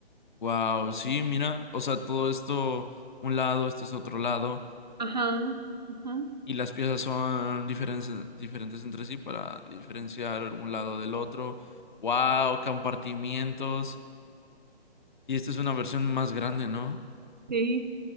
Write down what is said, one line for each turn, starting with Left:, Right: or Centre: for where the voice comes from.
Left: Wow, sí, mira. O sea, todo esto, un lado, este es otro lado.
Right: ajá, ajá,
Left: Y las piezas son diferen- diferentes entre sí para diferenciar un lado del otro. ¡Wow! Compartimientos. Y esta es una versión más grande, ¿no?
Right: sí,